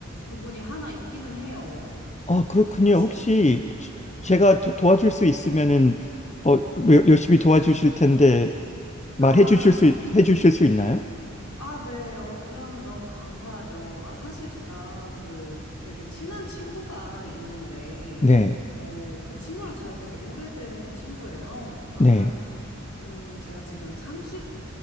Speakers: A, on the left; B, on the left.
A: 부분이 하나 있기는 해요.
B: 어, 그렇군요.
A: 혹시,
B: 혹시 저-
A: 네.
B: 제가 도, 와줄수 있으면은 어, 뭐 열심히 도와주실 텐데 말해
A: 아,
B: 주실 수, 있- 해 주실 수 있나요?
A: 아, 네. 어, 그럼 너무 감사하죠. 아, 사실 제가 그 되게 친한 친구가 있는데,
B: 네.
A: 어, 그 친구랑 제가 되게 오래된 친구예요. 그러니까
B: 네.
A: 한 음, 제가 지금 30,